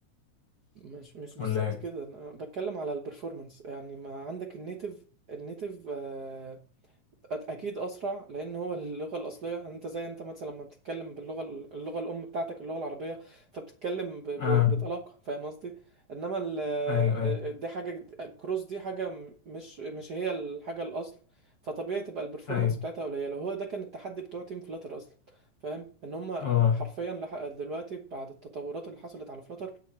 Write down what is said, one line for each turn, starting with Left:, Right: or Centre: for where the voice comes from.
Right: مش مش بالظبط
Left: ولا ايه
Right: كده انا بتكلم على البرفورمانس يعني ما عندك النيتف النيتف آه، اكيد اسرع لان هو اللغه الاصليه يعني انت زي انت مثلا لما بتتكلم باللغه ال- اللغه الام بتاعتك اللغه العربيه فبتتكلم ب- ب-
Left: اه
Right: بطلاقه فاهم قصدي انما ال- آه،
Left: ايوه ايوه
Right: آه، دي حاجه جد- كروس دي حاجه م- مش مش هي الحاجه الاصل فطبيعي تبقى البرفورمانس
Left: ايوه
Right: بتاعتها قليله هو ده كان التحدي بتوع تيم فلاتر اصلا فاهم ان هم
Left: اه
Right: حرفيا لحق دلوقتي بعد التطورات اللي حصلت على فلاتر